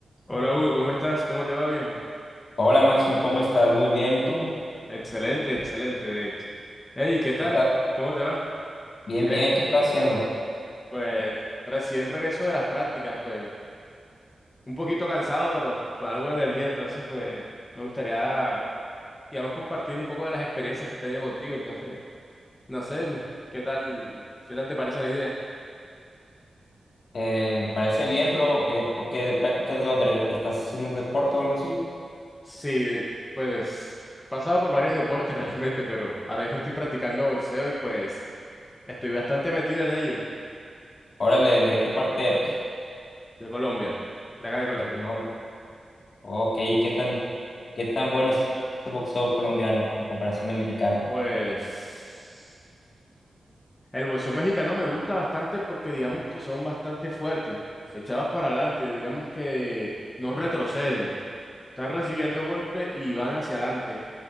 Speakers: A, on the left; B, on the left.
A: Hola Hugo, ¿cómo estás? ¿Cómo te va, viejo?
B: Hola Máximo, ¿cómo estás? Muy bien, ¿y tú?
A: Excelente, excelente, de hecho. Hey, ¿qué tal?
B: ¿Qué estás?
A: ¿Cómo te va?
B: Bien,
A: ¿Qué-
B: bien, ¿qué estás haciendo?
A: Pues recién regreso de las prácticas, pues un poquito cansado, pero con algo de energía, entonces pues me gustaría, digamos, compartir un poco de las experiencias que he tenido contigo, entonces, no sé, me- ¿qué tal, qué tal te parece la idea?
B: Eh, me parece bien, pero eh, ¿por qué de prácticas de dónde? ¿Estás haciendo un deporte o algo así?
A: Sí, de- pues he pasado por varios deportes <laughs> realmente, pero ahora mismo estoy practicando boxeo y pues estoy bastante metido en ello,
B: Órale,
A: bastante-
B: ¿de qué parte eres?
A: de Colombia, de acá de Colombia.
B: De Colombia. Ok, ¿qué tan, qué tan bueno es el boxeo colombiano a comparación del mexicano?
A: Pues el boxeo mexicano me gusta bastante porque digamos que son bastante fuertes, se echados para adelante, digamos que no retroceden, están recibiendo golpes y van hacia adelante.